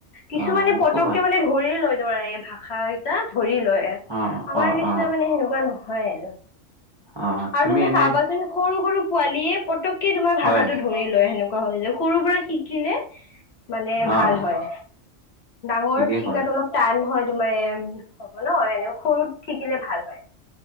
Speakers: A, on the left; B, on the right.
A: কিছুমানে
B: অ' মোকো
A: পটককে
B: ভাল
A: মানে ধৰিয়ে লৈ তোমাৰ এই ভাষা কেইটা ধৰি লয়,
B: অ'
A: আমাৰ
B: অ'
A: নিচিনা
B: অ'।
A: মানে সেনেকুৱা নহয় আৰু।
B: অ'
A: আৰু তুমি
B: এনে
A: চাবাচোন সৰু সৰু পোৱালিয়ে পতকে তোমাৰ ভাষাটো
B: হয়
A: ধৰি লয় সেনেকুৱা হল যে সৰু পৰা শিকিলে মানে ভাল
B: অ'
A: হয়। ডাঙৰত
B: ঠিকেই
A: শিকাতো
B: ক'লা
A: অলপ টান হয় তোমাৰ হ'ব ন, এনে সৰুত শিকিলে ভাল হয়।